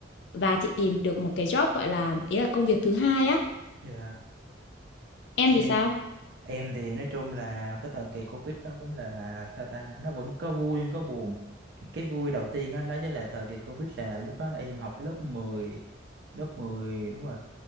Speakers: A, on the left (about 60°); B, on the right (about 55°).
A: và chị tìm được một cái job gọi là ý là công việc thứ hai á
B: Dạ,
A: em
B: Ê,
A: thì sao
B: em thì nói chung là cái thời kỳ Covid đó cũng là sao ta, nó vẫn có vui có buồn. Cái vui đầu tiên đó, đó chính là thời kỳ Covid là lúc đó em học lớp mười, lớp 10 đúng rồi.